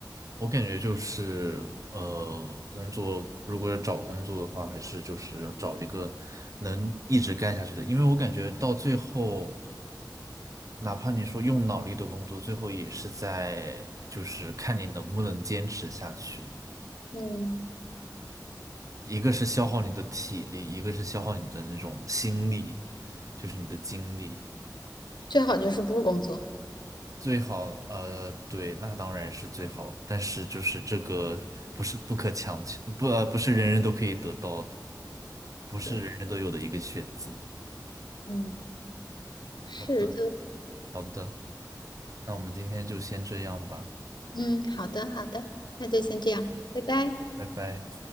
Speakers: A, on the right; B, on the left.
A: 我感觉就是，呃，工作如果要找工作的话，还是就是找一个能一直干下去的，因为我感觉到最后，哪怕你说用脑力的工作，最后也是在就是看你能不能坚持下去。
B: 嗯，
A: 一个是消耗你的体力，一个是消耗你的那种心力，就是你的精力。
B: 最好就是不工作。
A: 最好，呃，对，那当然是最好，但是就是这个不是不可强求，不，呃不是人人都可以得到的，不是人人都有的一个选择。
B: 对，嗯，是的。
A: 好的，好的，那我们今天就先这样吧，
B: 嗯，好的，好的，那就先这样，拜拜。
A: 拜拜。